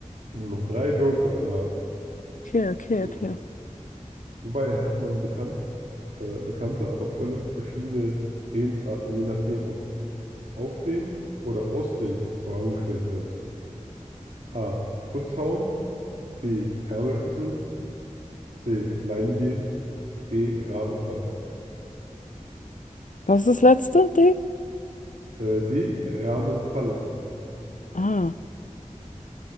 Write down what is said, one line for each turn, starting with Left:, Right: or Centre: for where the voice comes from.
Right: hm, noch drei Joker, ja.
Left: Okay, okay,
Right: So.
Left: okay.
Right: Wobei halt man bekannt, äh, bekannte, aber völlig verschiedene Redensarten, je nachdem, ob auf dem oder aus dem vorangestellt wird. A. Putzhauen. B. Ärmel schütteln. C. Leim gehen. D. Rahmen fallen.
Left: Was ist das letzte? D?
Right: Äh, D. Rahmen fallen.
Left: Ah.